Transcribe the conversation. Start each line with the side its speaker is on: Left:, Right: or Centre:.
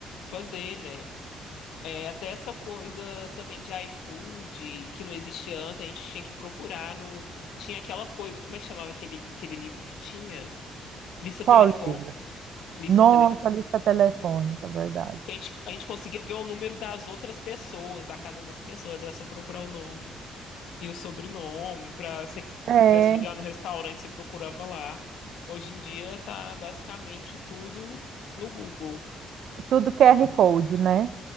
Left: fazer, né? É, até essa coisa também de iFood, que não existia antes, a gente tinha que procurar no. Tinha aquela coisa. Como é que chamava aquele, aquele livro que tinha? Lista
Right: Qual
Left: telefone,
Right: livro?
Left: lista
Right: Nossa,
Left: telefone.
Right: lista telefônica, verdade.
Left: Que A gente, a gente conseguia ver o número das outras pessoas, da casa das pessoas, era só procurar o nome. e o sobrenome, para se
Right: É,
Left: você quisesse ligar no restaurante, você procurava lá. Hoje em dia tá basicamente tudo no Google,
Right: tudo QR Code, né?